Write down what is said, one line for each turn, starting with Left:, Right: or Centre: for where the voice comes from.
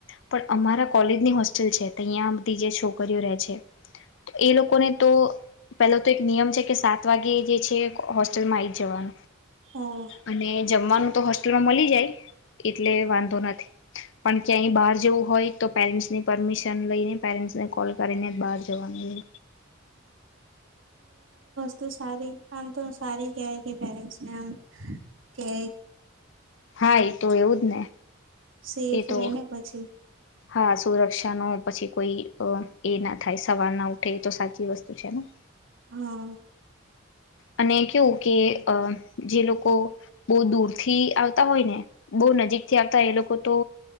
Left: પણ અમારા કોલેજની હોસ્ટેલ છે તહીંયા બધી જે છોકરીઓ રહે છે એ લોકોને તો પેલો તો એક નિયમ છે કે સાત વાગે જે છે આવી જવાનું
Right: હા
Left: અને જમવાનું તો હોસ્ટેલમાં મળી જાય એટલે વાંધો નથી, પણ ક્યાય બહાર જવું હોય તો પેરેન્ટસની પરમિશન લઈને પેરેન્ટસને કોલ કરીેને બહાર જવાનું,
Right: તો સારી આમ તો સારી કય કે પેરેન્ટ્સને આમ કે
Left: હા, એ તો એવું જ ને
Right: સેફ
Left: એતો
Right: રે ને પછી
Left: હા, સુરક્ષા ન પછી કોઈ એ ના થાય સવાર ના ઉઠે તો સાચી વસ્તુ પૂછેના
Right: હા
Left: અને કેવું કે અ જે લોકો બહુ દૂર થી આવતા હોય ને બહુ નજીક થી આવતા હોય એ લોકો તો